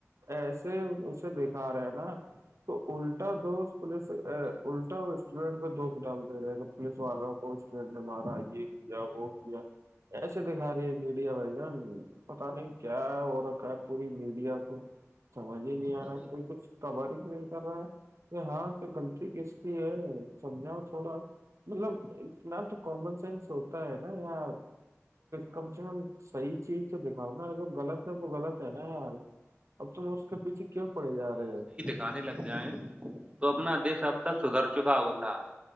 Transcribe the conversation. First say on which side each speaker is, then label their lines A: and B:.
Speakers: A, on the right; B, on the right.
A: ایسے اسے دکھا رہے ہیں نا تو الٹا دوٹاٹینٹ میں دو ک ڈام دے رہے گ پلیس والوں کو اسڈ نے مارا یہ کیا وہ کیا ایسے د ہاری میڈیا ب گ پتا نہیں کیا ہے ہو رکھا ہے پوری میڈیا تو سمجھ ہی نہیں آ
B: ارے
A: رہا ہے کوئی کچھ کبر ہی نہیں کر رہا ہے کہ ہاں غلط کس کی ہے سمجھاؤ تھوڑا مطلب اتنا تو کامن سینس ہوتا ہے نا یا کم سے کم صحیح چیز تو دکھاؤ نا جو غلط ہے وہ غلط ہے نا یار اب تم اس کے پیھے کیوں پڑے جا رہے ہو
B: گانے لگ جائے تو اپنا دیش اب تک سدھر چکا ہوتا